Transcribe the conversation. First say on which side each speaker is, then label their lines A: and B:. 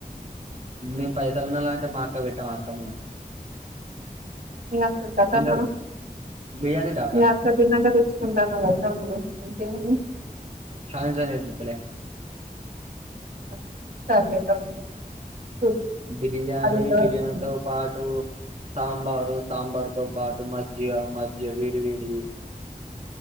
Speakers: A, on the right; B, on the right.
A: మేము పైసలు ఉన్నాయా అంటే మా అక్కకు పెట్టాం మా అక్క మేము
B: మీ అక్కకొ తమ్ముడు
A: తింటాం బిర్యానీ డాకా
B: మీ అక్క తినకె తెచ్చుకుంట అన్నావ్ గదా తమ్ములు అంటే ఏమి
A: సాయంత్రం చేపితాలే
B: <unintelligible>
A: బిర్యానీ
B: అది ఎంత
A: బిర్యానీ
B: వరకు నిజమో
A: తో పాటు సాంబారు సాంబార్ తో పాటు మజ్జిగ మజ్జిగ వేడి వేడివి